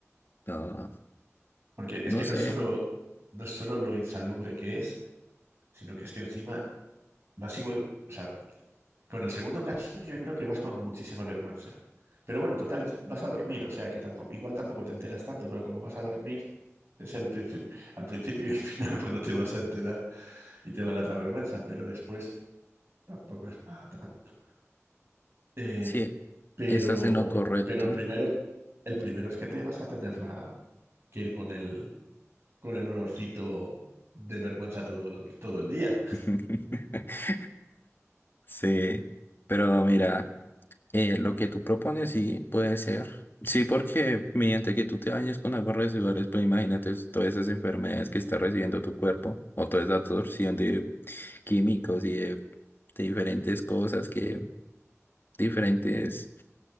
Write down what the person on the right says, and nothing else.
Porque es
que
no es solo, no es solo lo insalubre que es, sino que es que encima Vas igual, o sea, con el segundo caso yo creo que vas con muchísima vergüenza. Pero bueno, total, es- vas a dormir, o sea que tampoco, igual tampoco te enteras tanto, pero como vas a dormir, es el princi- al principio y al final <laughs> cuando te vas a enterar y te va a dar la vergüenza, pero después tampoco es para tanto. Eh,
pero,
pero el primero, el primero es que te vas a tener la, que ir con el, con el olorcito de vergüenza todo, todo el día.